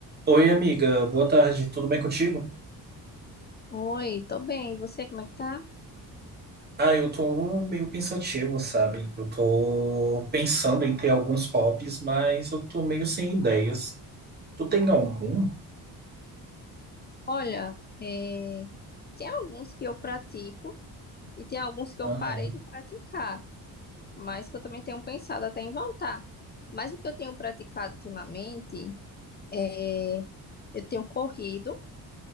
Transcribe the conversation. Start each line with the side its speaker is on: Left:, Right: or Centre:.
Right: Oi, amiga, boa tarde, tudo bem contigo?
Left: Oi, tô bem. E você, como é que tá?
Right: Ah, eu tô meio pensativo, sabe? Eu tô pensando em ter alguns hobbies, mas eu tô meio sem ideias. Tu tem algum?
Left: Olha, é, tem alguns que eu pratico e tem alguns que eu
Right: Aham,
Left: parei de praticar, mas que eu também tenho pensado até em voltar. Mas o que eu tenho praticado ultimamente é eu tenho corrido,